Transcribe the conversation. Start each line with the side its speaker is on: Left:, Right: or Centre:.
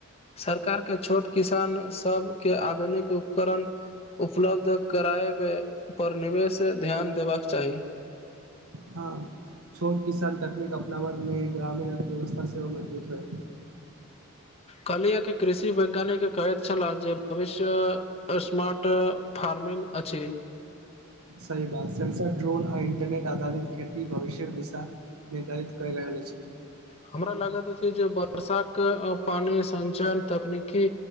Left: सरकार केँ छोट किसान सबकेँ आधुनिक उपकरण उपलब्ध कराए पे पर निवेश ध्यान देबाक चाहि
Right: <inaudible> हँ छोट किसान तकनीक अपनावैमे ग्रामीण अर्थव्यवस्था सेहो मजबूत हय
Left: कहलियै कि कृषि वैज्ञानिक कहैत छल जे भविष्य अस्मार्ट र्फार्मिंग अछि
Right: सही बात सेंशर ड्रोन आ इन्टरनेट आधारित खेती भविष्य दिशा निर्धारित कऽ रहल अछि
Left: हमरा लागैत अछि जे बर्षा कऽ पानि संचयन तकनीकी